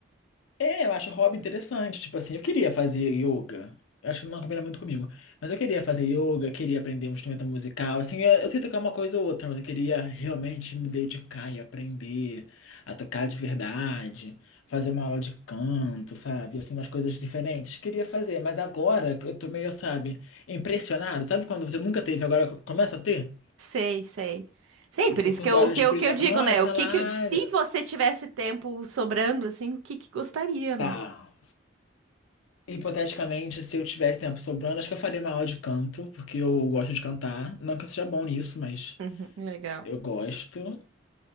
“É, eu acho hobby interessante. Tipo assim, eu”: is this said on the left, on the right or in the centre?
Left